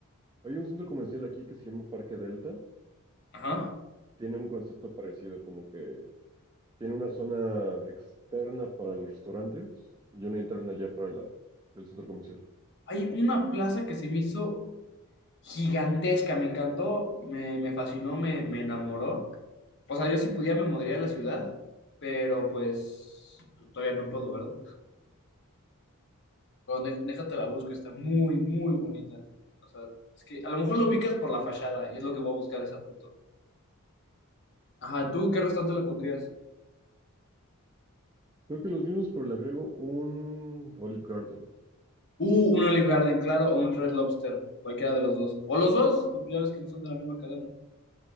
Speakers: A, on the right; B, on the left.
A: hay un centro comercial aquí que se llama Parque Delta.
B: Ajá.
A: Tiene un concepto parecido, como que tiene una zona externa para los restaurantes y una interna ya para la, el centro comercial.
B: Hay una plaza que se me hizo gigantesca, me encantó, me, me fascinó, me, me enamoró. O sea, yo si pudiera me mudaría a la ciudad, pero pues pues, todavía no puedo, ¿verdad? Pero dé- déjate la busco, está muy, muy bonita. O sea, es que a lo mejor lo ubicas por la fachada y es lo que voy a buscar esa foto. Ajá, ¿tú qué restaurante le pondrías?
A: Creo que los mismos, pero le agrego un Olive Garden.
B: Uh, un Olive Garden, claro, o un Red Lobster, cualquiera de los dos. O los dos, ya ves que son de la misma cadena.